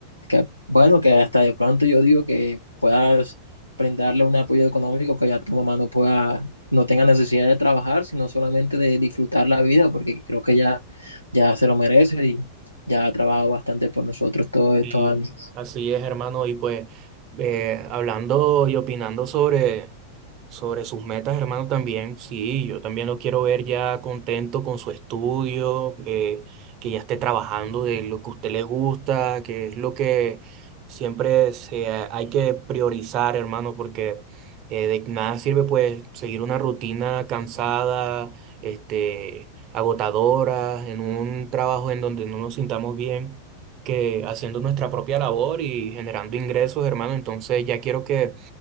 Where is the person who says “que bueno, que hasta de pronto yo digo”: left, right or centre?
Left